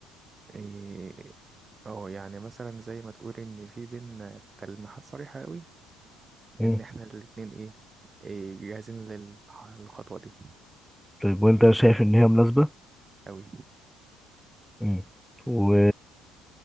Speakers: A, on the right; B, in the centre.
A: إيه اه يعني مثلا زي ما تقول ان في بينا تلميحات صريحه قوي
B: امم
A: ان احنا الاتنين ايه, إيه جاهزين للح- للخطوة دي
B: طيب وانت شايف ان هي مناسبة
A: قوي
B: امم و